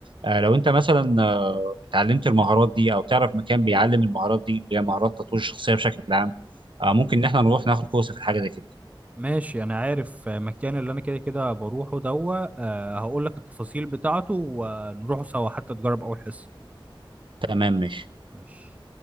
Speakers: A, on the right (about 65°); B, on the right (about 15°).
A: آه، لو انت مثلا آه، اتعلمت المهارات دي او تعرف مكان بيعلم المهارات دي اللي هي مهارات تطوير الشخصيه بشكل عام آه، ممكن ان احنا نروح ناخد كورس في الحاجه زي كده
B: ماشي انا عارف مكان اللي انا كده كده بروحه دوا هقول لك التفاصيل بتاعته ونروحوا سوا حتى تجرب اول حصه
A: تمام ماشي
B: ماشي